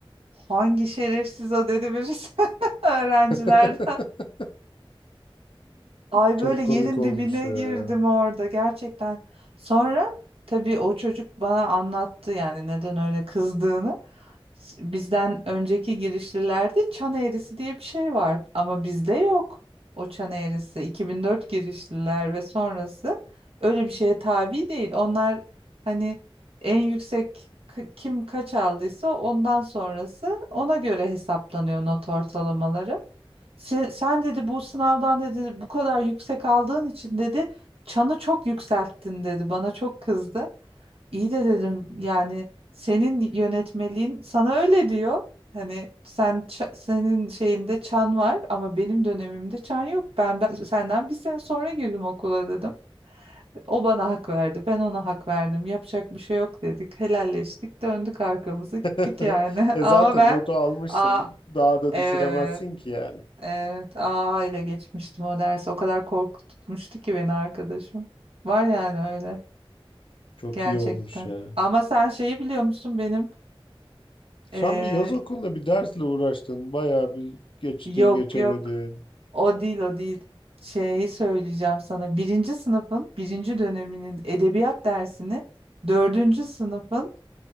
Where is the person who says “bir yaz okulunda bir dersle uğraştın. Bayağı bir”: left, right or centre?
Left